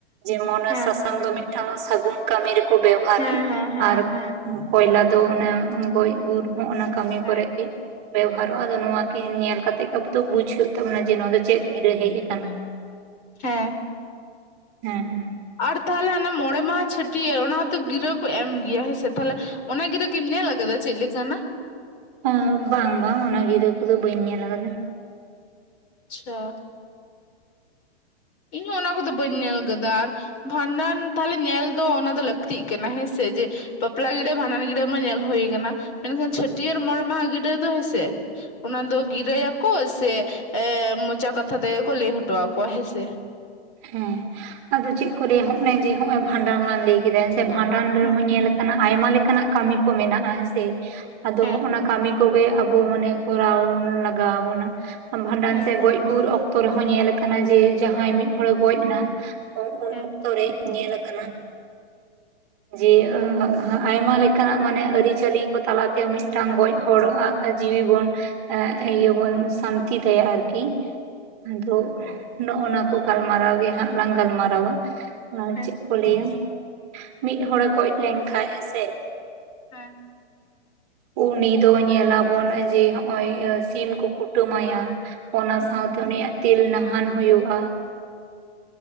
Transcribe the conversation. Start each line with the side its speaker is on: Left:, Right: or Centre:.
Right: ᱡᱮᱢᱚᱱᱮ
Left: ᱦᱮᱸ
Right: ᱥᱟᱥᱟᱝ ᱫᱚ ᱢᱤᱫᱴᱟᱝ ᱫᱚ ᱥᱟᱹᱜᱩᱱ ᱠᱟᱹᱢᱤ ᱨᱮᱠᱚ ᱵᱮᱣᱦᱟᱨᱟ
Left: ᱦᱮᱸ ᱦᱮᱸ ᱦᱮᱸ
Right: ᱟᱨ ᱠᱚᱭᱞᱟ ᱫᱚ ᱚᱱᱮ ᱜᱚᱡ ᱜᱩᱨ ᱦᱚᱸᱜᱼᱚᱱᱟ ᱠᱟᱹᱢᱤ
Left: ᱦᱮᱸ
Right: ᱠᱚᱨᱮᱜ ᱜᱮ ᱵᱮᱵᱚᱦᱟᱨᱚᱜᱼᱟ ᱟᱫᱚ ᱱᱚᱣᱟ ᱠᱤᱱ ᱧᱮᱞ ᱠᱟᱛᱮᱜ ᱜᱮ ᱟᱵᱚ ᱵᱩᱡ ᱦᱩᱭᱩᱜ ᱛᱟᱵᱚᱱᱟ ᱡᱮ ᱱᱚᱣᱟ ᱫᱚ ᱪᱮᱫ ᱜᱤᱨᱟᱹ ᱦᱮᱡ ᱟᱠᱟᱱᱟ?
Left: ᱦᱮᱸ ᱾
Right: ᱦᱮᱸ ᱾
Left: ᱟᱲ ᱛᱟᱦᱚᱞᱮ ᱦᱟᱱᱮ ᱢᱚᱬᱮ ᱢᱟᱦᱟ ᱪᱷᱟᱹᱴᱭᱟᱹᱨ ᱚᱱᱟ ᱦᱚᱸᱛᱚ ᱜᱤᱨᱟᱹ ᱠᱚ ᱮᱢ ᱜᱮᱭᱟ ᱦᱮᱸ ᱥᱮ, ᱛᱟᱦᱚᱞᱮ ᱚᱱᱟ ᱜᱤᱨᱟᱹ ᱠᱤᱢ ᱧᱮᱞ ᱟᱠᱟᱫᱟ ᱪᱮᱫ ᱞᱮᱠᱟᱱᱟᱜ?
Right: ᱦᱮᱸ, ᱵᱟᱝ ᱵᱟᱝ ᱚᱱᱟ ᱜᱤᱨᱟᱹ ᱠᱚᱫᱚ ᱵᱟᱹᱧ ᱧᱮᱞ ᱟᱠᱟᱫᱟ ᱾
Left: ᱟᱪᱪᱷᱟ ᱾ ᱤᱧ ᱦᱚᱸ ᱚᱱᱟ ᱠᱚᱫᱚ ᱵᱟᱹᱧ ᱧᱮᱞ ᱟᱠᱟᱫᱟ, ᱟᱨ ᱵᱷᱟᱸᱰᱟᱱ ᱛᱟᱦᱚᱞᱮ ᱧᱮᱞ ᱫᱚ ᱚᱱᱟ ᱫᱚ ᱞᱟᱹᱠᱛᱤᱜ ᱠᱟᱱᱟ ᱦᱮᱸᱥᱮ, ᱡᱮ ᱵᱟᱯᱞᱟ ᱜᱤᱲᱟᱹ ᱵᱷᱟᱸᱰᱟᱱ ᱜᱤᱲᱟᱹ ᱢᱟ ᱧᱮᱞ ᱦᱩᱭ ᱠᱟᱱᱟ, ᱢᱮᱱᱠᱷᱟᱱ ᱪᱷᱟᱹᱴᱭᱟᱹᱨ ᱢᱚᱬᱮ ᱢᱟᱦᱟ ᱜᱤᱰᱟᱹ ᱫᱚ ᱦᱮᱸᱥᱮ᱾ ᱚᱱᱟ ᱫᱚ ᱜᱤᱨᱟᱹᱭᱟᱠᱚ ᱥᱮ ᱮ ᱢᱚᱪᱟ ᱠᱟᱛᱷᱟ ᱛᱮᱜᱮ ᱠᱚ ᱞᱟᱹᱭ ᱦᱚᱴᱚ ᱟᱠᱚᱣᱟ ᱦᱮᱸᱥᱮ?
Right: ᱦᱮᱸ, ᱟᱫᱚ ᱪᱮᱫ
Left: ᱦᱩᱸ
Right: ᱠᱚ ᱞᱟᱹᱭᱟ ᱦᱚᱜᱼᱚᱭ ᱡᱮ ᱦᱚᱜᱼᱚᱭ ᱵᱷᱟᱸᱰᱟᱱ ᱞᱟᱝ ᱞᱟᱹᱭ ᱠᱮᱫᱟ ᱦᱮᱸᱥᱮ ᱵᱷᱟᱸᱰᱟᱱ ᱨᱮᱦᱚᱸ
Left: ᱦᱩᱸ
Right: ᱧᱮᱞ ᱟᱠᱟᱱᱟ ᱟᱭᱢᱟ ᱞᱮᱠᱟᱱᱟᱜ ᱠᱟᱹᱢᱤ ᱠᱚ ᱢᱮᱱᱟᱜᱼᱟ ᱦᱮᱸᱥᱮ ᱾ ᱟᱫᱚ
Left: ᱦᱩᱸ
Right: ᱦᱚᱜᱱᱟ ᱠᱟᱹᱢᱤ ᱠᱚᱜᱮ ᱟ ᱵᱚ ᱢᱟᱱᱮ ᱠᱚᱨᱟᱣ ᱞᱟᱜᱟᱶᱵᱚᱱᱟ᱾ ᱵᱷᱟᱸᱰᱟᱱ
Left: ᱦᱩᱸ
Right: ᱥᱮᱫ ᱜᱚᱡ ᱜᱩᱨ ᱚᱠ ᱛᱚ ᱨᱮᱦᱚᱸ ᱧᱮᱞ ᱟᱠᱟᱱᱟ ᱡᱮ ᱡᱟᱦᱟᱸᱭ ᱢᱤᱫ ᱦᱚᱲᱮ ᱜᱚᱡ ᱮᱱᱟ ᱩᱱ
Left: ᱦᱩᱸ
Right: ᱚᱠᱛᱚ ᱨᱮ ᱧᱮᱞ ᱟᱠᱟᱱᱟ᱾ ᱡᱮ <inaudible> ᱟᱭᱢᱟ ᱞᱮᱠᱟᱱᱟᱜ ᱢᱟᱱᱮ ᱟᱹᱨᱤᱪᱟᱹᱞᱤ ᱠᱚ ᱛᱟᱞᱟᱛᱮ ᱢᱤᱫᱴᱟᱝ ᱜᱚᱡ ᱦᱚᱲᱼᱟᱜ ᱡᱤᱣᱤ ᱵᱚᱱ ᱮ ᱤᱭᱟᱹ ᱵᱚᱱ ᱥᱟᱱᱛᱤ ᱛᱟᱭᱟ ᱟᱨᱠᱤ᱾ ᱟᱫᱚ ᱱᱚᱜᱼᱚ ᱱᱟ ᱠᱚ ᱜᱟᱞᱢᱟᱨᱟᱣ ᱜᱮ ᱦᱟᱸᱜ ᱞᱟᱝ ᱜᱟᱞᱢᱟᱨᱟᱣᱟ ᱾ ᱟᱨ
Left: ᱦᱩᱸ
Right: ᱪᱮᱫ ᱠᱚ ᱞᱟᱹᱭᱟ ᱢᱤᱫ ᱦᱚᱲᱮ ᱜᱚᱡ ᱞᱮᱱ ᱠᱷᱟᱱᱡ ᱦᱮᱸᱥᱮ ᱾
Left: ᱦᱮᱸ᱾
Right: ᱩᱱᱤ ᱫᱚ ᱧᱮᱞᱟᱵᱚᱱ ᱡᱮ ᱦᱚᱸᱜᱼᱚᱭ ᱥᱤᱢ ᱠᱚ ᱠᱩᱴᱟᱹᱢᱟᱭᱟ, ᱚᱱᱟ
Left: ᱦᱩᱸ
Right: ᱥᱟᱶᱛᱮ ᱩᱱᱤᱭᱟᱜ ᱛᱤᱞ ᱱᱟᱦᱟᱸᱱ ᱦᱩᱭᱩᱜᱼᱟ᱾